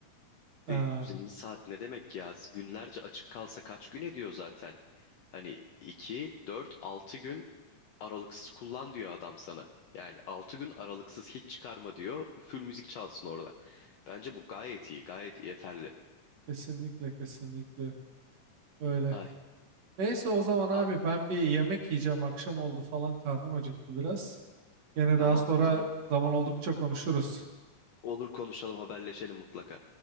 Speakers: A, on the right; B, on the left.
A: Aa,
B: Bir 150 saat ne demek ya? Günlerce açık kalsa kaç gün ediyor zaten? Hani 2 4 6 gün aralıksız kullan diyor adam sana. Yani 6 gün aralıksız hiç çıkarma diyor. Full müzik çalsın orada. Bence bu gayet iyi, gayet yeterli.
A: kesinlikle kesinlikle öyle.
B: Ay,
A: Neyse o zaman abi
B: abi
A: ben bir yemek yiyeceğim. Akşam oldu falan karnım acıktı biraz. Yine
B: tamam,
A: daha sonra
B: tamam.
A: zaman oldukça konuşuruz.
B: Olur konuşalım, haberleşelim mutlaka.